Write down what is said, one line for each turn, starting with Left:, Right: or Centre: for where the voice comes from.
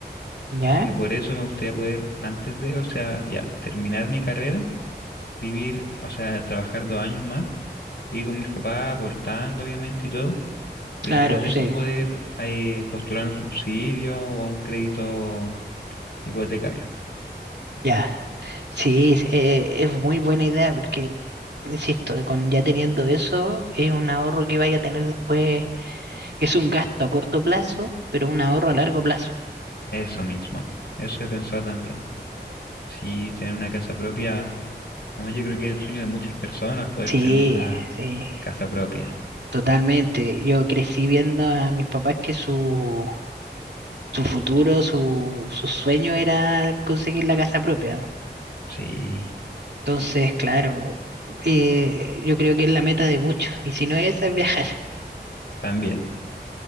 Right: Ya,
Left: Así que por eso me gustaría poder, antes de, o sea, ya, terminar mi carrera, vivir, o sea, trabajar dos años más, ir con mis papás, aportando obviamente y todo,
Right: claro,
Left: y después
Right: sí.
Left: de eso poder eh, postular un subsidio o a un crédito hipotecario.
Right: Ya, sí, es eh, es muy buena idea porque, insisto, con ya teniendo eso, es un ahorro que vaya a tener después, es un gasto a corto plazo, pero un ahorro
Left: Ujú.
Right: a largo plazo.
Left: Eso mismo, eso he pensado también. Sí, tener una casa propia, además yo creo que es el sueño de muchas personas poder
Right: Sí,
Left: tener una
Right: sí,
Left: casa propia.
Right: totalmente. Yo crecí viendo a mis papás que su, su futuro, su, su sueño era conseguir la casa propia.
Left: Sí,
Right: Entonces, claro, eh, yo creo que es la meta de muchos, y si no es esa, es viajar.
Left: también,